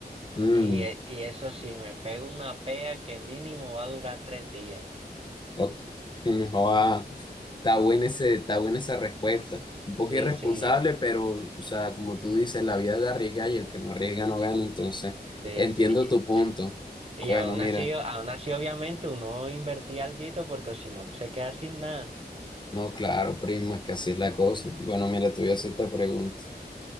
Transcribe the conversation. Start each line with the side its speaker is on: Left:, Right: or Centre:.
Left: Mm,
Right: Y, e- y eso sí, me pego una pea que mínimo va a durar tres días.
Left: o- <laughs> joda. Está buena ese, está buena esa respuesta. Un poco
Right: Sí,
Left: irresponsable,
Right: sí,
Left: pero, o sea, como tú dices, la vida es de arriesgar y el que no arriesga no gana. Entonces,
Right: sí,
Left: entiendo
Right: sí.
Left: tu punto.
Right: Y
Left: Bueno,
Right: aún
Left: mira,
Right: así, aún así, obviamente, uno invertía alguito porque si no se queda sin nada.
Left: no, claro, primo, es que así es la cosa. Bueno, mira, te voy a hacer esta pregunta.